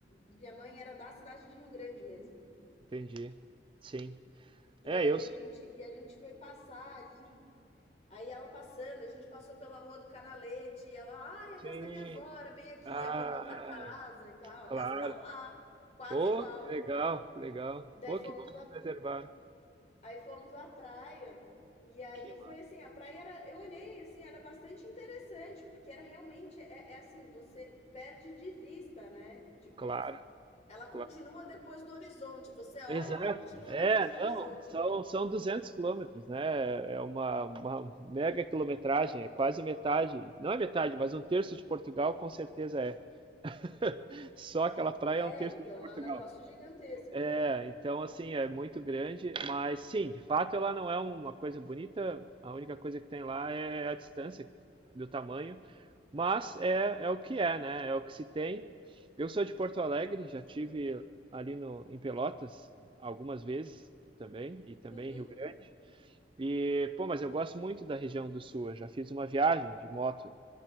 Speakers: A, on the left; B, on the right.
A: minha mãe era da cidade de Rio Grande mesmo.
B: Entendi. Sim.
A: E
B: É,
A: aí
B: eu
A: a gente, e a gente foi passar ali. Aí ela passando, a gente passou pela rua do Canalete, e ela, ai, a casa
B: sim.
A: da minha avó era bem aqui,
B: Ah,
A: apontou pra casa e tal, a
B: claro.
A: casa tá lá, quase
B: Pô,
A: igual.
B: que legal, que legal.
A: Daí
B: Pô,
A: fomos
B: que bom que preservar.
A: Aí fomos à praia. E aí
B: Que massa.
A: foi assim, a praia era, eu olhei assim, era bastante interessante, porque era realmente, é, é assim, você perde de vista, né? Tipo,
B: Claro,
A: ela continua
B: claro.
A: depois do horizonte. Você olha,
B: Exato.
A: ela continua
B: É,
A: depois do horizonte.
B: não, são, são 200 quilômetros, né? É uma, uma mega quilometragem, é quase metade. Não é metade, mas um terço de Portugal com certeza é. <laughs> Só aquela praia
A: É,
B: é um terço
A: então,
B: de Portugal.
A: é um negócio gigantesco.
B: É, então assim, é muito grande, mas sim, de fato ela não é uma coisa bonita, a única coisa que tem lá é a distância do tamanho, mas é, é o que é, né? É o que se tem. Eu sou de Porto Alegre, já tive ali no, em Pelotas algumas vezes também, e também
A: Uhum.
B: em Rio Grande. E, pô, mas eu gosto muito da região do sul. Eu já fiz uma viagem de moto